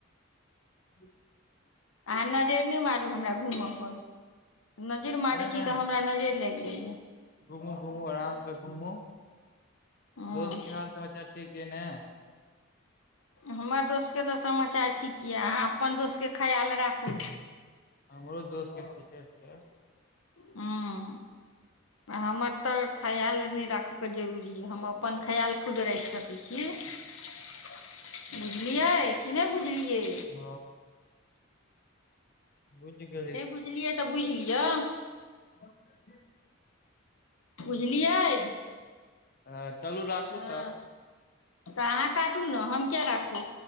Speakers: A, on the left; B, on the left.
A: <inaudible>
B: अहाँ नजर नहि मारू हमरा घूमय पर नजर मारै
A: नहि
B: छी
A: नहि
B: तऽ हमरा नजर लागि जाइया
A: घूमू घूमू आरामसँ घूमू
B: हँ
A: दोस्तके हाल समाचार ठीक य ने
B: हमर दोस्तके तऽ समाचार ठीक यऽ अहाँ अपन दोस्तके ख्याल राखू
A: हमरो दोस्त के ठीके छै
B: ह हमर तऽ खयाल नहि राखैके जरूरी ज हम अपन ख्याल खुद राखि सकै छी बुझलियै कि नहि बुझलियै
A: ह बुझि गेलै
B: नहि बुझलियै तऽ बुझि लियअ
A: ब <unintelligible>
B: बुझलियै
A: हँ चलू राखू
B: हँ
A: तऽ
B: तऽ अहाँ काटू ने हम किया राखू